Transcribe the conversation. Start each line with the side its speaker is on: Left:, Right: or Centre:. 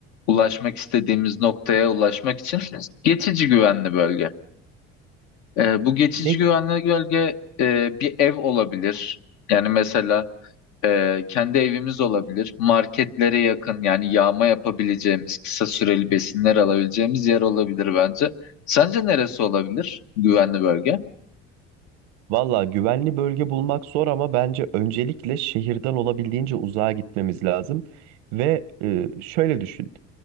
Left: ulaşmak istediğimiz noktaya ulaşmak için geçici güvenli bölge. E, bu geçici
Right: Ne?
Left: güvenli bölge e, bir ev olabilir. Yani mesela. Ee, kendi evimiz olabilir. Marketlere yakın yani yağma yapabileceğimiz, kısa süreli besinler alabileceğimiz yer olabilir bence. Sence neresi olabilir güvenli bölge?
Right: Valla güvenli bölge bulmak zor ama bence öncelikle şehirden olabildiğince uzağa gitmemiz lazım. Ve e, şöyle düşün.